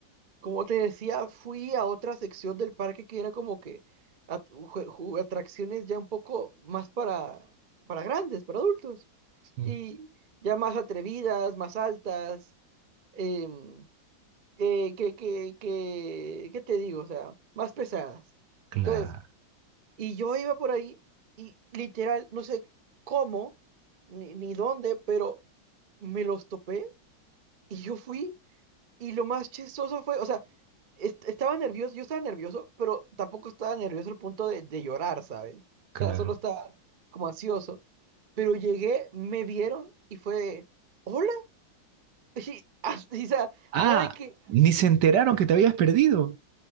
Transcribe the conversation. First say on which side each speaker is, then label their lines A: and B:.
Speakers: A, on the right (about 45°); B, on the right (about 65°).
A: Como te decía, fui a otra sección del parque que era como que at- jue- ju- atracciones ya un poco más para, para grandes, para adultos,
B: sí,
A: y ya más atrevidas, más altas, em, eh, que, que, que, ¿qué te digo? O sea, más pesadas.
B: claro,
A: Entonces, y yo iba por ahí y literal, no sé cómo, ni, ni dónde, pero me los topé y yo fui. Y lo más chistoso fue, o sea, est- estaba nervioso, yo estaba nervioso, pero tampoco estaba nervioso al punto de, de llorar, ¿sabes? O sea,
B: claro.
A: solo estaba como ansioso. Pero llegué, me vieron y fue, de, hola. <laughs> Y, hasta- y, o sea,
B: Ah,
A: nada de que,
B: ni se enteraron que te habías perdido.